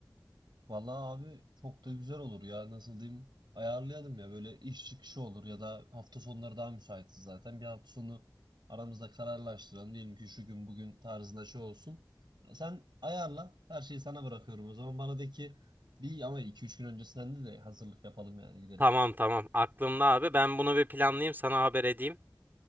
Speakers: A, on the right; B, on the right.
A: Vallahi abi çok da güzel olur ya nasıl diyeyim ayarlayalım ya böyle iş çıkışı olur ya da hafta sonları daha müsaitiz zaten bir hafta sonu aramızda kararlaştıralım diyelim ki şu gün bugün tarzında şey olsun sen ayarla her şeyi sana bırakıyorum o zaman bana de ki bir ama iki üç gün öncesinden de, de hazırlık yapalım yani gidelim
B: Tamam tamam aklımda abi. Ben bunu bir planlayayım sana haber edeyim.